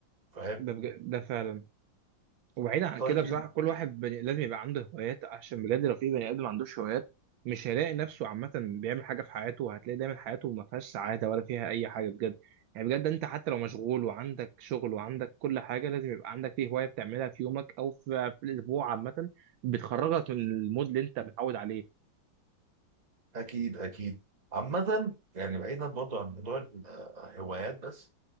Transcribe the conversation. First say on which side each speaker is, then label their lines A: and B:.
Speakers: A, on the right; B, on the right.
A: فاهم
B: ده بج... ده فعلا وبعيدا عن
A: طيب
B: كده بصراحه كل واحد بني... لازم يبقى عنده هوايات عشان بجد لو في بني ادم ما عندوش هوايات مش هيلاقي نفسه عامه بيعمل حاجه في حياته وهتلاقي دايما حياته ما فيهاش سعاده ولا فيها اي حاجه بجد يعني بجد انت حتى لو مشغول وعندك شغل وعندك كل حاجه لازم يبقى عندك فيه هوايه بتعملها في يومك او في, في الاسبوع عامه بتخرجك من المود اللي انت متعود عليه
A: اكيد اكيد عامة يعني بعيدا برضو عن موضوع الهوايات بس